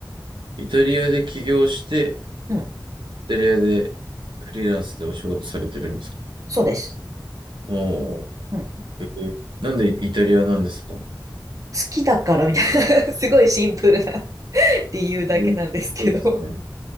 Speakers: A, on the right; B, on the right.
A: い。イタリアで起業して、
B: うん、
A: イタリアでフリーランスでお仕事されてるんですか
B: そうです。
A: おー、
B: うん、好
A: えーなんでイタリアなんですかえ
B: きだからみたいな <laughs> すごいシンプルな <laughs> 理由だけなんですけど
A: ーすごいですね。
B: <laughs> 好